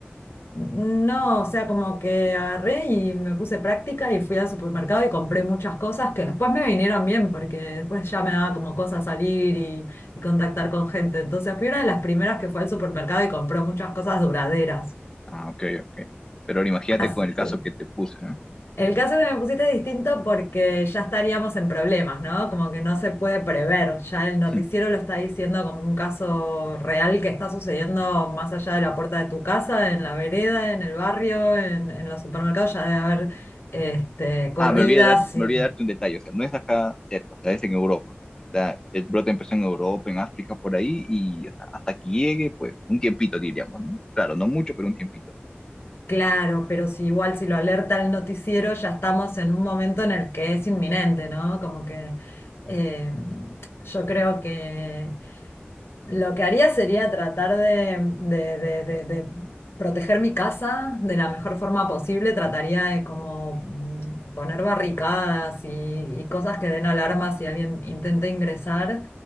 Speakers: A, on the left; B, on the left.
A: no, o sea, como que agarré y me puse práctica y fui al supermercado y compré muchas cosas que después me vinieron bien porque después ya me daba como cosa salir y, y contactar con gente. Entonces fui una de las primeras que fue al supermercado y compró muchas cosas duraderas.
B: Ah, ok, ok. Pero ahora imagínate
A: Así
B: con el caso
A: que
B: que te puse, ¿eh?
A: el caso que me pusiste es distinto porque ya estaríamos en problemas, ¿no? Como que no se puede prever. Ya
B: <laughs>
A: el noticiero lo está diciendo como un caso real que está sucediendo más allá de la puerta de tu casa, en la vereda, en el barrio, en, en los supermercados. Ya debe haber este, corridas.
B: Ah, me olvidé de darte, me
A: Y,
B: olvidé de darte un detalle, o sea, no es acá cerca, o sea, es en Europa. Está, el brote empezó en Europa, en África, por ahí, y o sea, hasta que llegue, pues, un tiempito diríamos, ¿no? Claro, no mucho, pero un tiempito
A: claro, pero si igual si lo alerta el noticiero, ya estamos en un momento en el que es inminente, ¿no? Como que eh, yo creo que. Lo que haría sería tratar de, de- de- de- de proteger mi casa de la mejor forma posible. Trataría de como mm, poner barricadas y, y cosas que den alarma si alguien intenta ingresar.